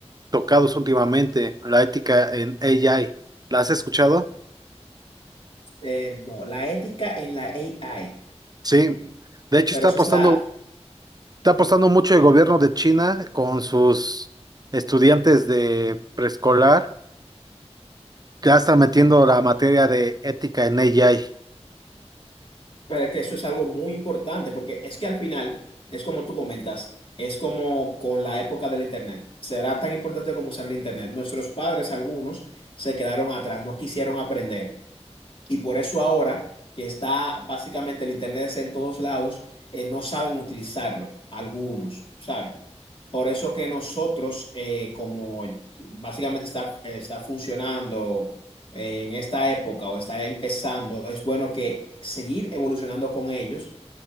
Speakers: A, on the right; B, on the left.
A: tocados últimamente, la ética en AI. ¿La has escuchado?
B: eh, no, la ética en la AI,
A: Sí.
B: mm,
A: De hecho,
B: pero
A: está
B: eso
A: apostando
B: es la,
A: Está apostando mucho el gobierno de China con sus estudiantes de preescolar. Ya están metiendo la materia de ética en AI.
B: pero es que eso es algo muy importante, porque es que al final, es como tú comentas, es como con la época del Internet. Será tan importante como usar el Internet. Nuestros padres, algunos, se quedaron atrás, no quisieron aprender. Y por eso ahora que está básicamente el Internet está en todos lados, eh, no saben utilizarlo, algunos, ¿saben? Por eso que nosotros, eh, como básicamente está, está funcionando en esta época o está empezando, es bueno que seguir evolucionando con ellos,